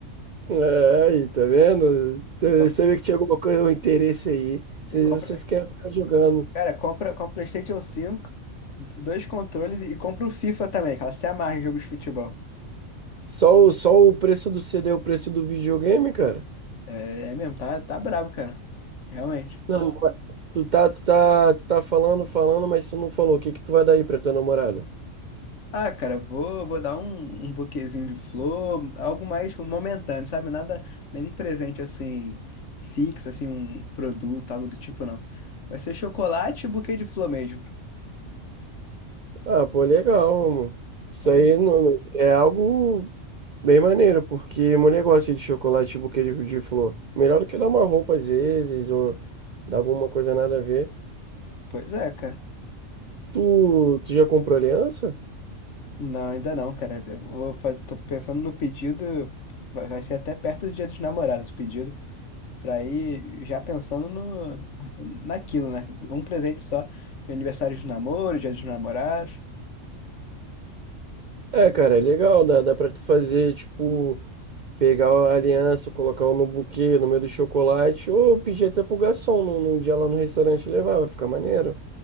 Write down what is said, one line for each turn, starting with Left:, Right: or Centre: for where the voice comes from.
Right: É, aí, tá vendo? Eu
Left: E, com-
Right: sabia que tinha alguma coisa, um interesse aí. Vocês,
Left: e compra.
Right: vocês querem ficar jogando.
Left: Cara, compra, compra PlayStation 5, dois controles e compra o FIFA também, que ela se amarra em jogos de futebol.
Right: Só o, só o preço do CD é o preço do videogame, cara?
Left: É, é mesmo, tá, tá brabo, cara. Realmente.
Right: Não, mas tu tá, tu tá, tu tá falando, falando, mas tu não falou. O que que tu vai dar aí pra tua namorada?
Left: Ah, cara, vou, vou dar um, um buquêzinho de flor, algo mais tipo, momentâneo, sabe? Nada, nenhum presente assim, fixo, assim, um produto, algo do tipo, não. Vai ser chocolate e buquê de flor mesmo.
Right: Ah, pô, legal, amor. Isso
Left: Olha,
Right: aí não, não- é algo bem maneiro, porque mulher gosta de chocolate e buquê de, de flor. Melhor do que dar uma roupa às vezes, ou dar alguma coisa nada a ver.
Left: Pois é, cara.
Right: Tu, tu já comprou aliança?
Left: Não, ainda não, cara. Eu vou fa- tô pensando no pedido, vai vai ser até perto do Dia dos Namorados o pedido, pra ir já pensando no, naquilo, né? Um presente só, de aniversário de namoro, Dia dos Namorados.
Right: É, cara, é legal, dá, dá pra tu fazer, tipo, pegar a aliança, colocar no buquê, no meio do chocolate, ou pedir até pro garçom no, no dia lá no restaurante levar, vai ficar maneiro.